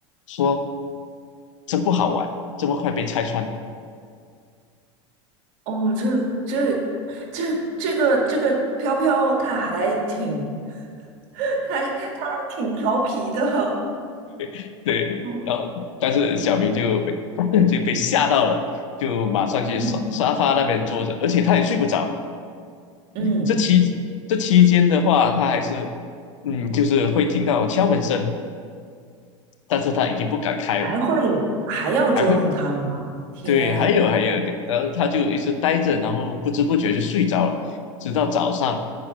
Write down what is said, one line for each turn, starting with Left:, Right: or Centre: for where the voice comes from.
Left: 说真不好玩，这么快被拆穿。
Right: 哦，这个这这这个这个飘飘，他还挺 <laughs> 他他还挺调皮的。
Left: <laughs> 对，
Right: 哦
Left: 然后但是小明就被 <laughs> 就被吓到了，就马上去沙沙发那边坐着，
Right: 嗯，
Left: 而且他也睡不着。
Right: 嗯，
Left: 这期这期间的话，他还是嗯，就是会听到敲门声，但是他已经不敢开了，
Right: 还会还要捉弄他吗？
Left: 还会
Right: 天，
Left: 对，还有还有，然后他就一直呆着，然后不知不觉就睡着了，直到早上，